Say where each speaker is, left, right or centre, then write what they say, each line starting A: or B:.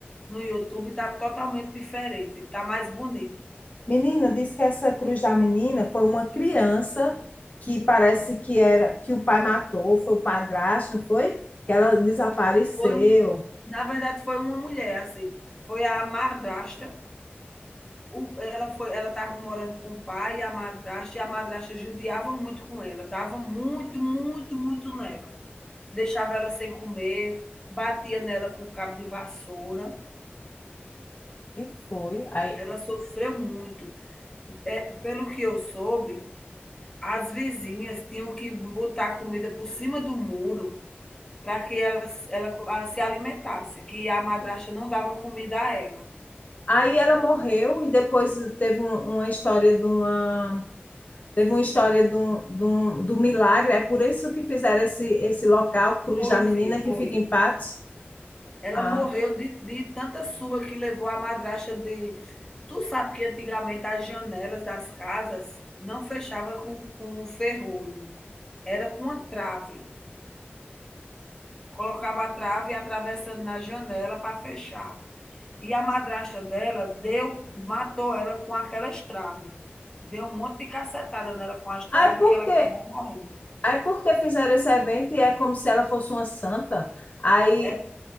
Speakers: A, on the left; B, on the left.
A: no YouTube, tá totalmente diferente, tá mais bonito.
B: Menina, disse que essa cruz da menina foi uma criança que parece que era que o pai matou, foi o padrasto, não foi? Que ela desapareceu.
A: Foi um na verdade foi uma mulher, assim, foi a madrasta O, ela foi, ela estava morando com o pai e a madrasta, e a madrasta judiava muito com ela, dava muito, muito, muito nela. Deixava ela sem comer, batia nela com um cabo de vassoura.
B: E foi. Aí,
A: Ela sofreu muito. Eh, pelo que eu soube, as vizinhas tinham que botar comida por cima do muro para que ela s ela co ah, se alimentasse, que a madrasta não dava comida a ela.
B: aí ela morreu e depois teve um- uma história de uma Teve uma história de um- de um- do milagre, é por isso que fizeram esse, esse local, Cruz
A: Foi
B: da Menina,
A: sim, foi.
B: que fica em Patos.
A: Ela
B: Ah,
A: morreu de de tanta surra que levou a madrasta de Tu sabe que antigamente as janelas das casas não fechava com, com um ferrolho, era com uma trave. Colocava a trave atravessando na janela para fechar. E a madrasta dela deu, matou ela com aquelas traves. Deu um monte de cacetada nela com as traves
B: Aí por
A: que ela
B: quê?
A: acabou morrendo.
B: Aí por que fizeram esse evento e é como se ela fosse uma santa? Aí,
A: É,